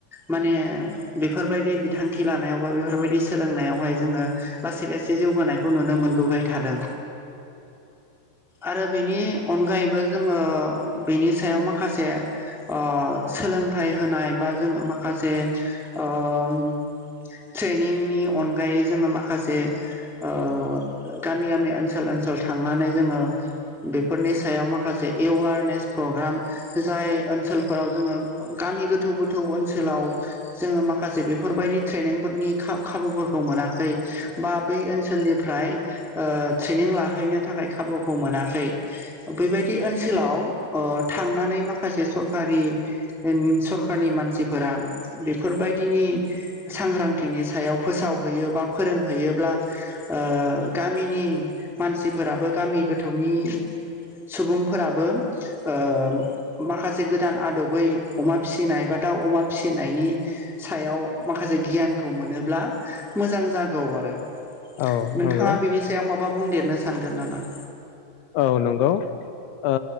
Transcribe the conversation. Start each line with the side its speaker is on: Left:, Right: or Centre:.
Centre: माने बेफोरबायदि बिथांखि लानायाव बा बेफोरबायदि सोलोंनायावहाय जोङो लासै लासै जौगानायखौ नुनो मोनबोबाय थादों। आरो बेनि अनगायैबो जोङो बेनि सायाव माखासे ओ सोलोंथाइ होनाय बा जोङो माखासे ओम ट्रेनिंनि अनगायै जोङो माखासे ओ गामि गामि ओनसोल ओनसोल थांनानै जोङो बेफोरनि सायाव माखासे एवारनेस प्रग्राम जाय ओनसोलफोराव जोङो गामि गोथौ गोथौ ओनसोलाव जोङो माखासे बेफोरबायदि ट्रेनिंफोरनि खा-खाबुफोरखौ मोनाखै बा बै ओनसोलनिफ्राय ओ ट्रेनिं लाहैनो थाखाय खाबुखौ मोनाखै। बेैबायदि ओनसोलाव ओ थांनानै माखासे सरकारि <unintelligible> सरखारनि मानसिफोरा बेफोरबायदिनि सांग्रांथिनि सायाव फोसावहैयो बा फोरोंहैयोब्ला ओ गामिनि मानसिफोराबो गामि गोथौनि सुबुंफोराबो ओ माखासे गोदान आदबै अमा फिसिनाय बा दाउ अमा फिसिन नायनि सायाव माखासे गियानखौ मोनोब्ला मोजां जागौ आरो
Left: औ
Centre: नोंथाङा
Left: नंगौ
Centre: बिनि सायाव माबा बुंदेरनो सानगोन नामा?
Left: औ नंगौ ओ